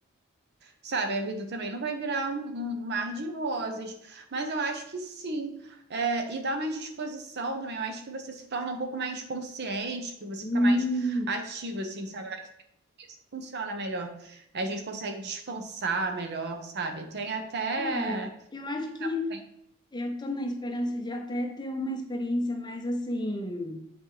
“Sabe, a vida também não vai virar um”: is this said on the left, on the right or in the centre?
Right